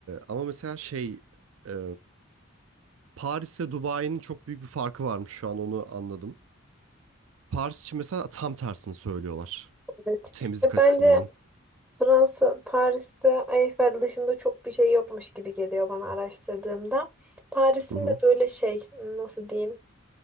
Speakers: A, on the right; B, in the centre.
A: ama mesela şey... e, Paris'te Dubai'nin çok büyük bir farkı varmış şu an onu anladım. Paris için mesela tam tersini söylüyorlar.
B: Evet.
A: Bu temizlik
B: Ya
A: açısından.
B: bence Fransa, Paris'te Eiffel dışında çok bir şey yokmuş gibi geliyor bana araştırdığımda. Paris'in
A: Hı hı.
B: de böyle şey, nasıl diyeyim?